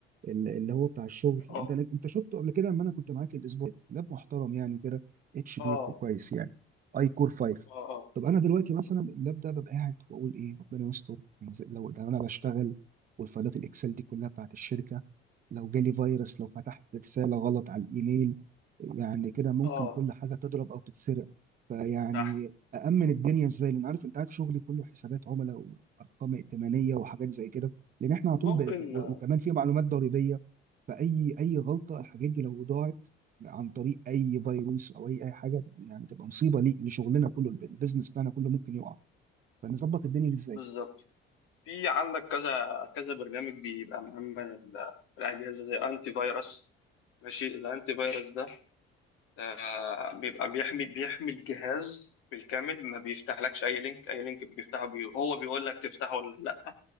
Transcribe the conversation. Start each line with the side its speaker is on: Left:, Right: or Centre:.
Right: ال- اللي هو بتاع الشغل
Left: اه
Right: انت لك انت شفته قبل كده لما انا كنت معاك الاسبوع اللي فات. لاب محترم يعني كده اتش
Left: اه
Right: بي كويس يعني اي كور 5
Left: اه اه
Right: طب انا دلوقتي مثلا اللاب ده ببقى قاعد واقول ايه ربنا يستر يعني زي- لو ده انا بشتغل والفايلات الاكسل دي كلها بتاعت الشركه لو جالي فيروس لو فتحت رساله غلط على الايميل يعني كده ممكن
Left: اه
Right: كل حاجه تضرب او تتسرق فيعني
Left: صح
Right: أأمن الدنيا إزاي لأن عارف أنت عارف شغلي كله حسابات عملاء وأرقام ائتمانية وحاجات زي كده لأن إحنا على طول
Left: ممكن
Right: ب... و...
Left: آه،
Right: وكمان في معلومات ضريبية فأي أي غلطة الحاجات دي لو ضاعت عن طريق أي فيروس أو أي أي حاجة يعني تبقى مصيبة لي لشغلنا كله الب- البيزنس بتاعنا كله ممكن يقع فنظبط الدنيا دي إزاي
Left: بالظبط في عندك كذا كذا برنامج بيبقى مأمن ال- الأجهزة زي أنتي فيروس ماشي الأنتي فيروس ده آه، بيبقى بيحمي بيحمي الجهاز بالكامل ما بيفتحلكش اي لينك اي لينك بيفتحه بي... هو بيقول لك تفتحه ولا لا